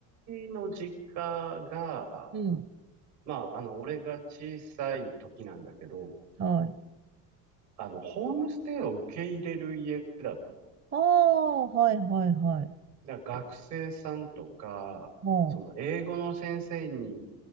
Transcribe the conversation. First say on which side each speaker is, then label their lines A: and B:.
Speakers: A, on the right; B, on the right.
A: の実家が、
B: うん。
A: まあ、あの、俺が小さい時なんだけど、
B: はい。
A: あの、ホームステイを受け入れる家だったの。
B: ああ、はいはいはい。
A: だから学生さんとか、
B: おうん、
A: その、英語の先生に、